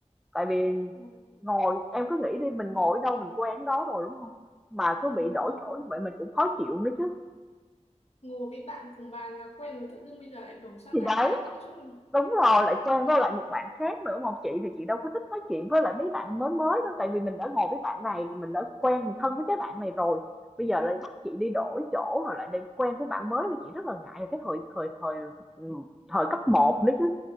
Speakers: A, in the centre; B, on the left.
A: tại vì
B: ừ,
A: ngồi em cứ nghĩ đi mình ngồi ở đâu mình quen đó rồi đúng không? Mà cứ bị
B: đúng rồi
A: đổi chỗ như vậy mình cũng khó chịu nữa chứ.
B: ngồi với bạn cùng bàn là quen rồi tự dưng bây giờ lại đổi sang
A: thì
B: bạn
A: đấy.
B: khác nói chung
A: Đúng rồi, lại Trang với lại một bạn khác nữa mà chị thì chị đâu có thích nói chuyện với lại mấy bạn mới mới đâu tại vì mình đã ngồi với bạn này rồi mình đã quen mình thân với cái bạn này rồi bây giờ lại bắt chị đi đổi chỗ rồi lại để quen với bạn mới thì chị rất là ngại cái thời thời thời ừ, thời cấp một nữa chứ